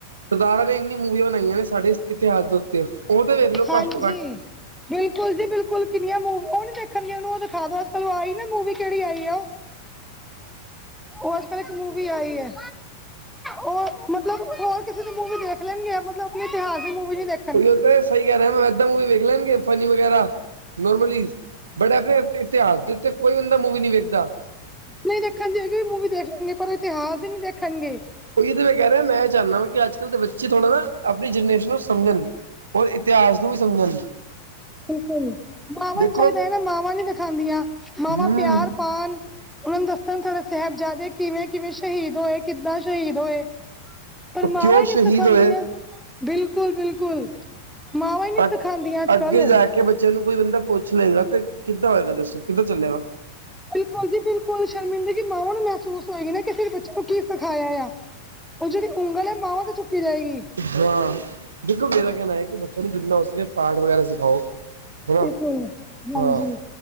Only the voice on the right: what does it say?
ਸਰਦਾਰਾਂ ਨੇ ਇੰਨੀ ਮੂਵੀਆਂ ਬਣਾਈਆਂ ਨੇ ਸਾਡੇ ਇਸ ਇਤਿਹਾਸ ਦੇ ਉੱਤੇ ਉਹ ਤੇ ਵੇਖ ਲਓ
ਘੱਟ ਤੋਂ ਘੱਟ
ਉਹੀਉ ਤੇ ਨਲੀ ਸਹੀ ਕਹਿ ਰਿਹਾ ਮੈਂ ਇਦਾਂ ਮੂਵੀ ਦੇਖ ਲੈਗੇ ਫਨੀ ਵਗੈਰਾ ਨੋਰਮਲ ਬਟ ਆਪਨੇ ਇਤਿਹਾਸ ਦੇ ਉੱਤੇ ਕੋਈ ਬੰਦਾ ਮੂਵੀ ਨੀ ਵੇਖਦਾ।
ਉਹੀ ਤੇ ਮੈਂ ਕਹਿ ਰਿਹਾ ਮੈਂ ਚਾਨਾ ਵਾ ਕਿ ਅੱਜ ਕੱਲ੍ਹ ਦੇ ਬੱਚੇ ਥੋੜ੍ਹਾ ਨਾ ਆਪਣੀ ਜਨਰੇਸ਼ਨ ਨੂੰ ਸਮਝਣ। ਔਰ ਇਤਿਹਾਸ ਨੂੰ ਵੀ ਸਮਝਣ।
ਦੇਖੋ
ਹਮ
ਕਿਉਂ
ਸ਼ਹੀਦ
ਹੋਏ
ਅ
ਅੱਗੇ
ਜਾ ਕਿ ਬੱਚਿਆਂ ਨੂੰ ਕੋਈ ਬੰਦਾ ਪੁੱਛ ਲਗਾ ਤੇ ਕਿੱਦਾਂ ਹੋਏਗਾ ਦੱਸੋ ਕਿੱਦਾ ਚੱਲੇਗਾ।
ਡਾਂ ਦੇਖੋ ਮੇਰਾ ਕਹਿਣਾ ਹੈ ਕਿ ਬੱਚਿਆਂ ਨੂੰ ਜਿੰਨਾ ਹੋ ਸਕੇ ਪਾਠ ਵਗੈਰਾ ਸਿਖਾਓ। ਹੈਨਾ
ਹਾਂ।